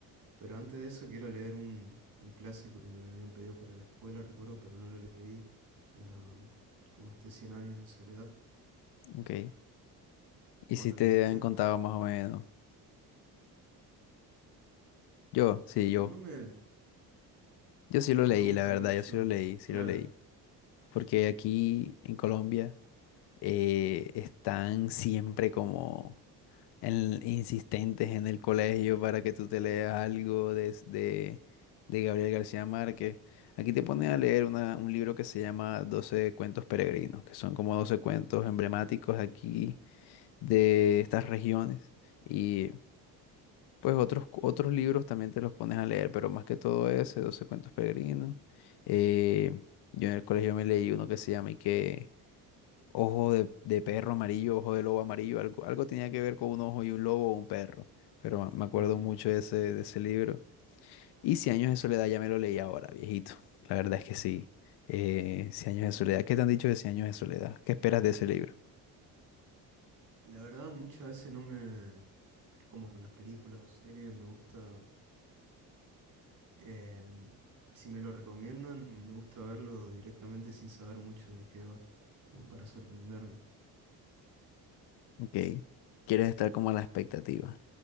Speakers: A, on the right (about 50°); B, on the left (about 70°).
A: Pero antes de eso quiero leer un, un clásico que me habían pedido para la escuela, recuerdo, pero no lo leí. Era um, como este cien años de soledad.
B: Ok. ¿Y
A: ¿Vos
B: si
A: lo
B: te
A: leíste?
B: han contado más o menos? Yo, sí, yo.
A: No me,
B: Yo sí lo
A: no
B: leí,
A: me gusta
B: la verdad,
A: mucho,
B: yo sí lo leí, sí
A: claro.
B: lo leí. Porque aquí en Colombia eh, están siempre como en- insistentes en el colegio para que tú te leas algo de, de, de Gabriel García Márquez. Aquí te ponen a leer una- un libro que se llama Doce cuentos peregrinos, que son como 12 cuentos emblemáticos aquí de estas regiones. Y pues otros, otros libros también te los pones a leer, pero más que todo ese, Doce cuentos peregrinos. Eh, yo en el colegio me leí uno que se llama y que Ojo de, de perro amarillo, ojo de lobo amarillo, algo, algo tenía que ver con un ojo y un lobo o un perro, pero me me acuerdo
A: ujú.
B: mucho de ese, de ese libro. Y Cien años de soledad ya me lo leí ahora, viejito. La verdad es que sí. Eh, Cien años de soledad, ¿qué te han dicho de Cien años de soledad? ¿Qué esperas de ese libro?
A: La verdad, muchas veces no me, como con las películas o series, me gusta, em, si me lo recomiendan, me gusta verlo directamente sin saber mucho de qué va, como para sorprenderme.
B: Ok. Quieres estar como a la expectativa.